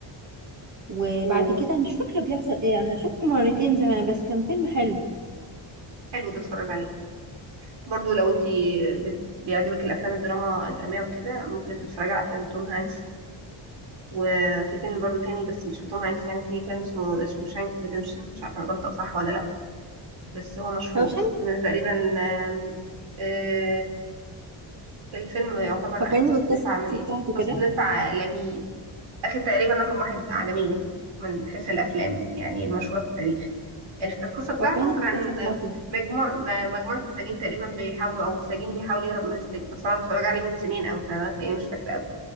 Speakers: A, on the right; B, on the right.
A: وبعد
B: وحلو
A: كده مش فاكرة بيحصل ايه أنا شفته مرتين زمان بس كان فيلم حلو
B: ده اتفرج عليه برضو لو انت بت... بيعجبك الافلام الدراما الدراميه وكده ممكن تتفرجي على افلام توم هانكس وفي فيلم برضو تاني بس مش لتوم هانكس يعني في فيلم اسمه ذا شوشانك ريديمشن مش عارفه انا بنطق صح ولا لا بس هو مشهور
A: روشن
B: الفيلم ده تقريبا آم، آه، الفيلم يعتبر
A: فكرني
B: اخد تصنيف
A: بالقصة
B: عملي
A: بتاعته
B: تصنيف
A: كده
B: عالمي أخد تقريبا رقم واحد عالميا من حيث الأفلام يعني المشهورة في التاريخ الف- القصة بتاعته
A: فكرني بالقصة
B: كان
A: بتاعته
B: مجموع م- مجموعة مساجين تقريبا بيحاولوا أو سجين بيحاول يهرب من السجن بس أنا متفرج عليه من سنين أوي فأنا هتلاقيني مش فاكرة أوي